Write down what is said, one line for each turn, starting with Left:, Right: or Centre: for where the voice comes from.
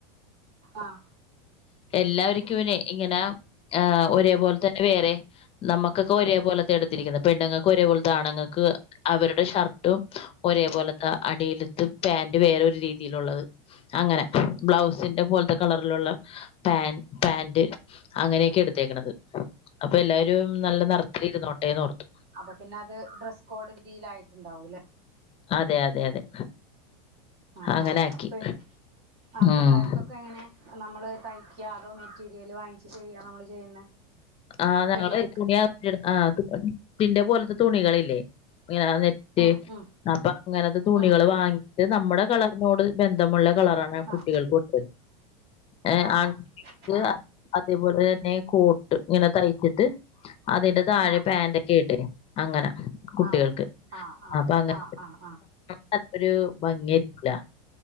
Right: ആഹ്
Left: എല്ലാവരിക്കും ഇങ്ങനെ ആ ഒരേപോലെ തന്നെ വേറെ നമ്മുക്കൊക്കെ ഒരേ പോലെത്തെ എടുത്തിരിക്കുന്നത് പെണ്ണുങ്ങക്ക് ഒരേ പോലത്തെ ആണുങ്ങൾക്ക് അവരുടെ ഷർട്ടും ഒരേ പോലത്തെ അടിയിലത്ത് പാന്റ് വേറെ ഒരു രീതിയിലുള്ളത് അങ്ങനെ ബ്ലൗസിന്റെ പോലത്തെ കളറിലുള്ള പാന്റ് പാന്റ് അങ്ങനെയൊക്കെ എടുത്തേക്കണത് അപ്പൊ എല്ലാവരും നല്ല നിറത്തില് ഇരുന്നോട്ടേന്നോർത്തു
Right: അപ്പൊ പിന്നെ അത് ഡ്രസ്സ് കോഡ് രീതിയിലായിട്ടുണ്ടാവും <unintelligible>
Left: അതെ അതെ അതെ
Right: ആ
Left: അങ്ങനെ
Right: ആ
Left: ആക്കി.
Right: അപ്പ ആ
Left: ഉം.
Right: പിള്ളേർക്കൊക്കെ എങ്ങനെ നമ്മള് തയ്ക് ക്കോ അതോ മെറ്റീരിയല് വാങ്ങിച്ച് ചെയ്യാണോ നമ്മള് ചെയ്യുന്നെ
Left: ആഹ് ഞങ്ങള്
Right: പിള്ളേർക്ക്
Left: തുണിയാ ആദ്യം എടുത് ആ തുണി പിന്നെ പോലത്തെ തുണികളില്ലേ ഇങ്ങന നെറ്റ്
Right: ഉം ഉം
Left: അപ്പൊ അങ്ങനത്തെ തുണികൾ
Right: ഉം
Left: വാങ്ങിട്ട് നമ്മുടെ കളറിനോട് ബന്ധമുള്ള കളറാണ്
Right: ആ
Left: കുട്ടികൾക്കെടുത്തെ ഏ
Right: ആണോ
Left: ആൺകുട്ടികൾക്ക്
Right: ആ
Left: അതേപോലെ തന്നെ കോട്ട് ഇങ്ങനെ തയ്ച്ചിട്ട് അതിന്റെ താഴെ
Right: ആ
Left: പാന്റെയ്ക്കെയായിട്ടേ അങ്ങനെ കുട്ടികൾക്ക്
Right: ആണ് ആ ആ
Left: അപ്പൊ അങ്ങനെ
Right: ആ ആ ആ
Left: നല്ലൊരു ഭംഗിയായിരിക്കൂല